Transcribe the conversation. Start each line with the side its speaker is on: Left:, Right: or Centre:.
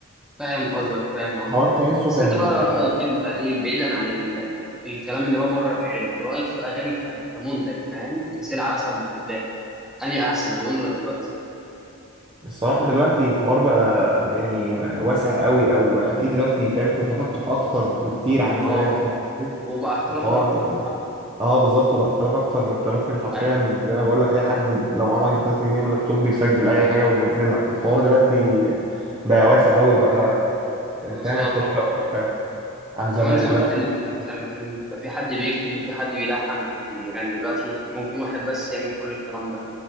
Centre: فاهم قصدك فاهم
Right: الحوار
Centre: قصدك
Right: تحسه
Centre: اه بس
Right: كان
Centre: انت بقى رايك انت ايه بعيدا عن ال... الكلام اللي هو بره الاغاني يعني رايك في الاغاني ك... كمنتج فاهم كسلعه مثلا بتتباع انهي احسن زمان ولا دلوقتي
Right: الصراحة دلوقتي الحوار بقى يعني واسع قوي او بقى فيه دلوقتي فاهم انت تفتح اكتر بكتير عن
Centre: اه
Right: زمان فاهم قصدي؟
Centre: وبقى احترافي
Right: الحوار
Centre: اكتر صح
Right: اه بالظبط وبقى احتراف اكتر انت ممكن حرفيا
Centre: ايوه
Right: زي ما بقول لك اي حد ب- لو معاه مايك ب 3 جنيه ولابتوب بيسجل اي حاجة وينزلها فالحوار دلوقتي بقى واسع قوي وبقى
Centre: بالظبط
Right: فاهم احترافي اكتر فاهم عن
Centre: وكمان
Right: زمان
Centre: زمان
Right: زمان
Centre: كان كان كان بيبقى في حد بيكتب وفي حد بيلحن وفي حد بيغني دلوقتي ممكن واحد بس يعمل كل الكلام ده